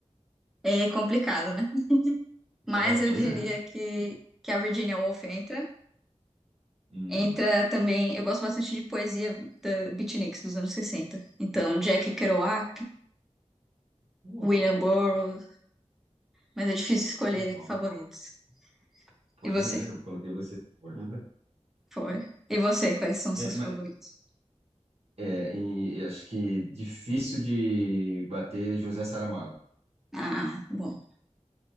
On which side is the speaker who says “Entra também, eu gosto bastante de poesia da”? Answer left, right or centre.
Centre